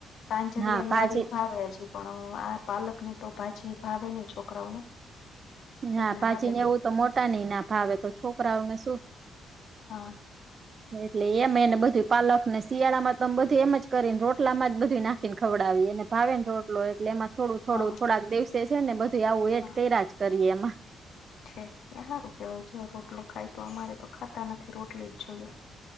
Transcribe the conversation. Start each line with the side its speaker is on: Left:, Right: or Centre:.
Left: તાંજરિયા
Right: હા
Left: ની
Right: ભાજી
Left: આવી ભાવે હજી પણ હ આ પાલક ની તો ભાજી ભાવે નહી છોકરાઓને.
Right: હા
Left: એટલે
Right: ભાજી
Left: હાલે
Right: ને એવું તો મોટા નહી ના ભાવે તો છોકરાઓને શું
Left: હા.
Right: એટલે એમ એને બધું પાલક ને શિયાળામાં તોમ બધું એમ જ કરીને રોટલા માં જ બધું નાખીને ખવડાવી એને ભાવેને રોટલો એટલે એમાં થોડું થોડું
Left: હા
Right: થોડાક દેસે છે ને બધું આવું
Left: હા
Right: એટ કર્યા જ કરીએ એમાં.
Left: છે. એ હારું કેવાય જો રોટલો ખાય તો અમારે તો ખાતા નથી રોટલી જ જોઈએ.